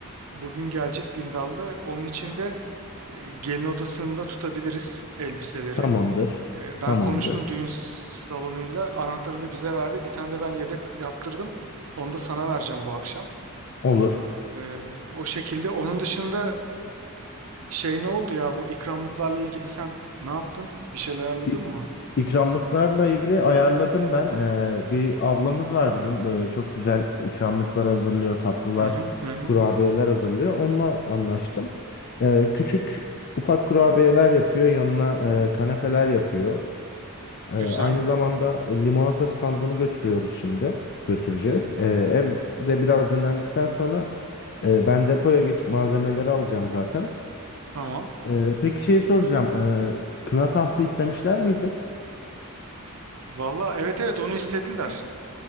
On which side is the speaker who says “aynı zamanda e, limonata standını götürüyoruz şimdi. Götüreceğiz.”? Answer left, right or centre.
Left